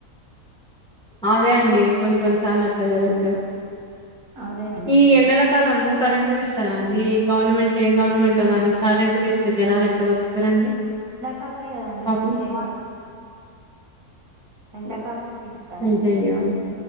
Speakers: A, in the centre; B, on the right.
A: అదే అండి కొన్ని కొన్ని సార్లు అట్లా జరుగుతాయి
B: అదేనండి
A: ఈ ఎండల కాలము కరెంటు తీస్తరా అండి ఈ గవర్నమెంట్ ఏం గవర్నమెంటో గాని కరెంట్ తీస్తే జనాలు ఎట్లా బతుకుతారండి
B: కాలమే కదండి
A: పాపం?
B: తీసేది ఎండాకాలమే తీస్తారండి
A: అయ్యయ్యో!